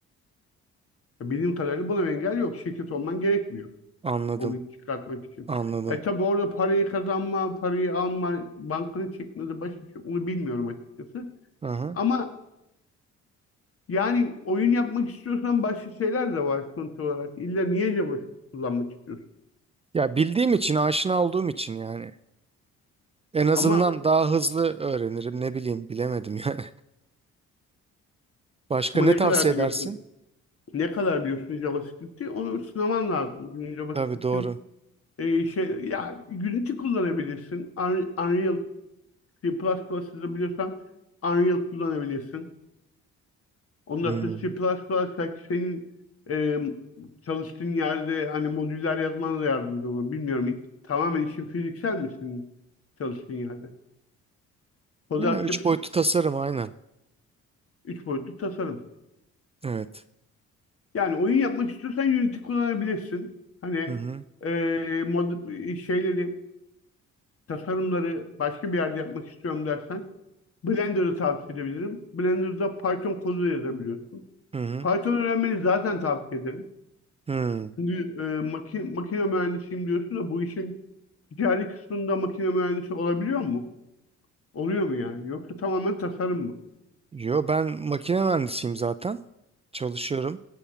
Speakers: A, on the left; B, on the right.
A: bildiğim kadarıyla buna engel yok. Şirket olman gerekmiyor.
B: Anladım,
A: oyun çıkartmak için.
B: anladım.
A: E tabi orada parayı kazanma, parayı alma, bankanı çekmedi başka bir şey onu bilmiyorum açıkçası.
B: Aha.
A: Ama yani oyun yapmak istiyorsan başka şeyler de var sonuç olarak. İlla niye JavaScript kullanmak istiyorsun?
B: Ya bildiğim için, aşina olduğum için yani. En azından
A: Ama
B: daha hızlı öğrenirim. Ne bileyim, bilemedim yani. <laughs> Başka
A: ama
B: ne
A: ne
B: tavsiye
A: kadar biliyorsun?
B: edersin?
A: Ne kadar biliyorsun JavaScript'i? Onu sınaman lazım. Çünkü JavaScript'in
B: Tabii doğru.
A: e, şey ya Unity kullanabilirsin. Unre- Unreal C++ biliyorsan Unreal kullanabilirsin. Ondan
B: Hmm.
A: sonra C++ belki senin e, çalıştığın yerde hani modüller yazmana da yardımcı olur. Bilmiyorum. İ- Tamamen işin fiziksel misin çalıştığın yerde? Kod
B: Ya
A: altyapısı
B: üç boyutlu tasarım aynen.
A: 3 boyutlu tasarım.
B: Evet.
A: Yani oyun yapmak istiyorsan Unity kullanabilirsin. Hani
B: Hı hı.
A: e, mod, e, şeyleri, tasarımları başka bir yerde yapmak istiyorum dersen Blender'ı tavsiye edebilirim. Blender'da Python kodu yazabiliyorsun.
B: Hı hı.
A: Python öğrenmeni zaten tavsiye ederim.
B: Hı.
A: Şimdi e, maki- makine mühendisiyim diyorsun da bu işin ticari kısmında makine mühendisi olabiliyor mu? Oluyor mu yani? Yoksa tamamen tasarım mı?
B: Yo ben makine mühendisiyim zaten. Çalışıyorum.